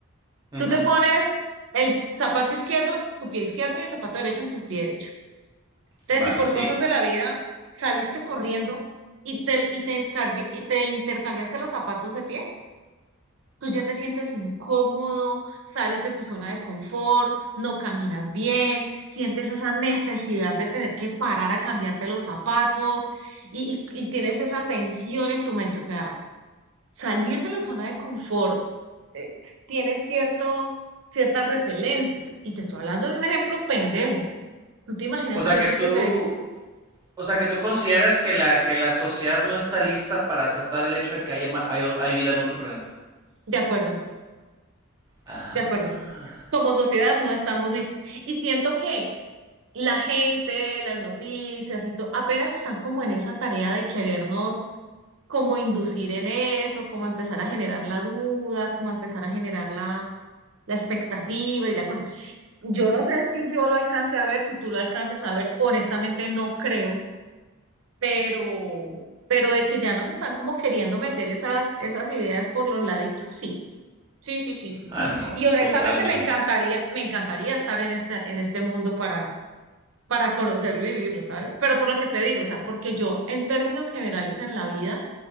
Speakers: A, on the right; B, on the right.
A: ujú,
B: Tú te pones el zapato izquierdo en tu pie izquierdo y el zapato derecho en tu pie derecho. Entonces,
A: vale,
B: si por
A: sí.
B: cosas de la vida saliste corriendo y te, y te, carbi- y te intercambiaste los zapatos de pie, tú ya te sientes incómodo, sales de tu zona de confort, no caminas bien, sientes esa necesidad de tener que parar a cambiarte los zapatos y, y y tienes esa tensión en tu mente, o sea. salir de la zona de confort eh, tiene cierto, cierta repelencia. Y te estoy hablando de un ejemplo pendejo. ¿Tú te imaginas
A: O sea
B: el hecho
A: que tú,
B: de que te digan,
A: o sea que tú consideras que la que la sociedad no está lista para aceptar el hecho de que haya ma- hay, o- hay vida en otro planeta.
B: de acuerdo,
A: Ah.
B: de acuerdo, como sociedad no estamos listos? Y siento que la gente, las noticias y todo, apenas están como en esa tarea de querernos como inducir en eso, como empezar a generar la duda, como empezar a generar la, la expectativa y la cosa. Yo no sé si yo lo alcance a ver, si tú lo alcances a ver, honestamente no creo, pero, pero de que ya nos están como queriendo meter esas, esas ideas por los laditos, sí, sí, sí, sí, sí.
A: Ah, no,
B: Y honestamente
A: totalmente.
B: me encantaría, me encantaría estar en este, en este mundo para, para conocerlo y vivirlo, ¿sabes? Pero por lo que te digo, o sea, porque yo en términos generales en la vida,